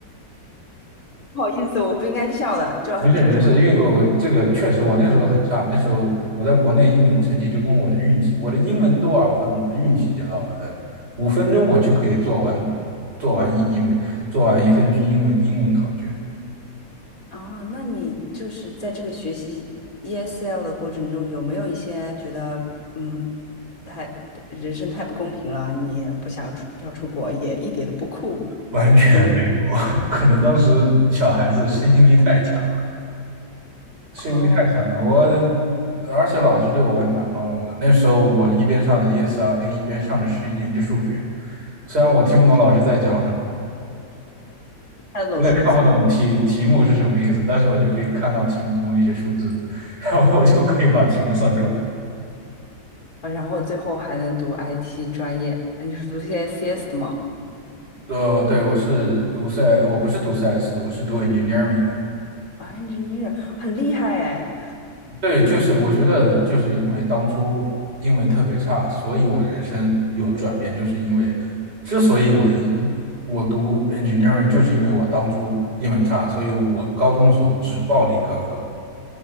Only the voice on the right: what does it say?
没事没事，因为我这个确实我那时候很差，那时候我在国内英文成绩就跟我的运气，我的英文多少分，我的运气就多少分，五分钟我就可以做完做完一一门做完一份英文英文考卷，
完全没有，
<laughs> 可能当时小孩子适应力太强了，适应力太强了，
我而且老师对我还蛮包容的，那时候我一边上着 ESRA，一边上着十一年级数学，虽然我听不懂老师在讲什么。
我也看不懂题题目是什么意思，但是我就可以看到题目中一些数字，然后我就可以把题目算出来。
呃，对，我是读 CS，我不是读 CS 的，我是读 engineering 的。
对，就是我觉得就是因为当初英文特别差，所以我人生有转变，就是因为之所以我我读 engineering，就是因为我当初英文差，所以我高中时候只报理科课，